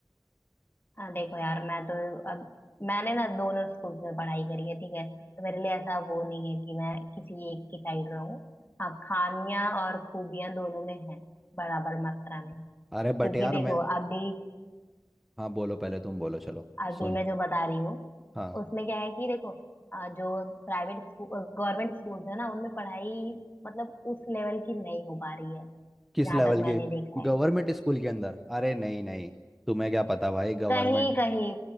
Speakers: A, on the left (about 30°); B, in the centre.
A: हाँ देखो यार मैं तो अब मैंने ना दोनों स्कूल्स में पढ़ाई करी है ठीक है तो मेरे लिए ऐसा वो नहीं है कि मैं किसी एक की साइड रहूं हाँ खामियां और खूबियां दोनों में है बराबर मात्रा में
B: अरे
A: क्योंकि
B: बट यार
A: देखो
B: मैं
A: अभी
B: हाँ बोलो पहले तुम बोलो चलो
A: अभी
B: सुन
A: मैं जो बता रही हूँ
B: हाँ
A: उसमें क्या है कि देखो अ, जो प्राइवेट स्कूल गवर्नमेंट स्कूल है ना उनमें पढ़ाई मतलब उस लेवल की नहीं हो पा रही है
B: किस
A: जहां
B: लेवल
A: तक
B: के
A: मैंने देखा है
B: गवर्नमेंट स्कूल के अंदर अरे नहीं नहीं तुम्हें क्या पता भाई गवर्नमेंट
A: कहीं कहीं